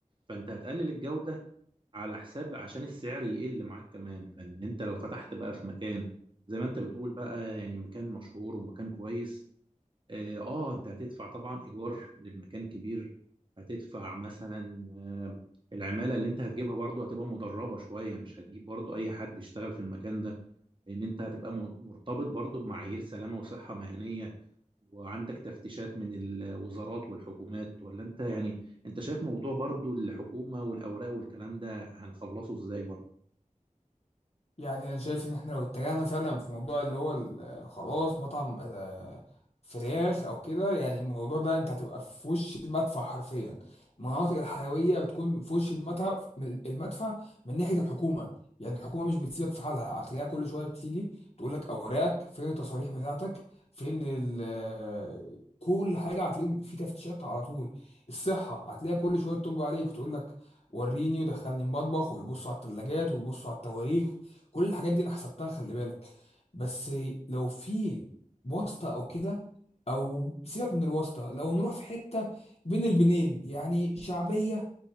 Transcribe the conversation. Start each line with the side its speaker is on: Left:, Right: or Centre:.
Right: فانت هتقلل الجودة على حساب عشان السعر يقل معاك كمان فان انت لو فتحت بقى في مكان زي ما انت بتقول بقى يعني مكان مشهور ومكان كويس اه آه، انت هتدفع طبعا ايجار للمكان كبير هتدفع مثلا آه العمالة اللي انت هتجيبها برضو هتبقى مدربة شوية مش هتجيب برضو اي حد يشتغل في المكان ده لان انت هتبقى م- مرتبط برضو بمعايير سلامة وصحة مهنية وعندك تفتيشات من الوزارات والحكومات ولا انت يعني انت شايف موضوع برضو الحكومة والاوراق والكلام ده هنخلصه ازاي برضو
Left: يعني انا شايف ان احنا لو اتجهنا فعلا في موضوع اللي هو ال- آه، خلاص مطعم آه، فراخ او كده يعني الموضوع ده انت هتبقى في وش المدفع حرفيا المناطق الحيويه بتكون في وش المدفع من- المدفع من ناحيه الحكومه يعني الحكومه مش بتسيبك في حالها هتلاقيها كل شويه بتيجي تقول لك اوراقك فين التصاريح بتاعتك فين ال آه، كل حاجه هتلاقيهم في تفتيشات على طول الصحه هتلاقيها كل شويه تطب عليك وتقول لك وريني ودخلني المطبخ ويبصوا على الثلاجات ويبصوا على التواريخ كل الحاجات دي انا حسبتها خلي بالك بس لو في واسطة او كده او سيبك من الواسطة لو نروح في حتة بين البنين يعني شعبية